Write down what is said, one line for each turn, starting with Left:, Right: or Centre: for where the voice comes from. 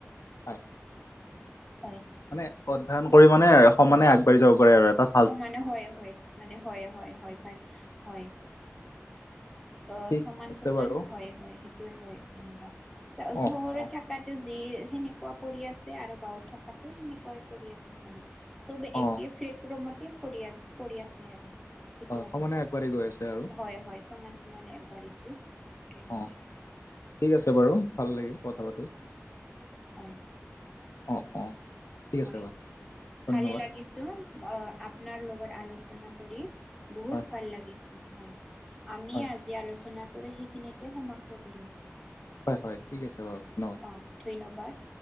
Left: হয়।
Centre: হয়।
Left: মানে অধ্যয়ন কৰি মানে সমানে আগবাঢ়ি যাব পাৰে আৰু এতাত।
Centre: হোম মানে হয়- হয় চব মানে হয় -হয়- হয় এবাৰ হয় <unintelligible> ত'চমান-
Left: ঠিক আছে
Centre: চমান
Left: বাৰু
Centre: হয়- হয় সেইটোই হয় যেনিবা ত 'চহৰত
Left: অ অ
Centre: থাক তাতো যি সেনেকুৱা পৰি আছে আৰু গাঁৱত থকাতো সেনেকুৱাই পৰি আছে মানে। চবে
Left: অ
Centre: একেই ফ্লেটবোৰৰ মতে পৰি আছে -পৰি আছে আৰু। সেইটো
Left: হয়
Centre: আৰু
Left: সমানে আগবাঢ়ি গৈ আছে আৰু
Centre: হয়- হয় চমান চমানে আগবাঢ়িছোঁ। মানে
Left: অ, ঠিক আছে বাৰু ভাল লাগিল কথা পাতি।
Centre: হয়।
Left: অ', অ', ঠিক
Centre: হয
Left: আছে বাৰু ধন্যবাদ
Centre: ভালে লাগিছো। ম, আপনাৰ লগত আলোচনা কৰি বহুত
Left: হয়
Centre: ভাল লাগিছো হয়। আমি
Left: হয়
Centre: আজি আলোচনা কৰি সেইখিনিতে সমাপ্ত কৰিম।
Left: হয় -হয় ঠিক আছে বাৰু ন?
Centre: অ ধন্যবাদ।